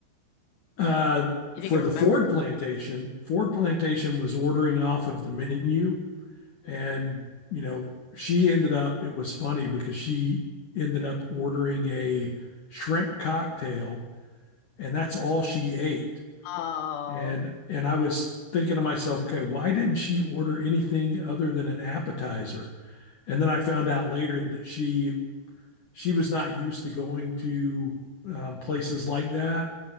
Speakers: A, on the left; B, on the left.
A: Uh,
B: If
A: for
B: you can
A: the
B: remember.
A: Ford plantation, Ford plantation was ordering off of the menu. And, you know, she ended up, it was funny because she ended up ordering a shrimp cocktail, and that's all she ate
B: Oh,
A: And and I was thinking to myself, okay, why didn't she order anything other than an appetizer? And then I found out later that she she was not used to going to um, places like that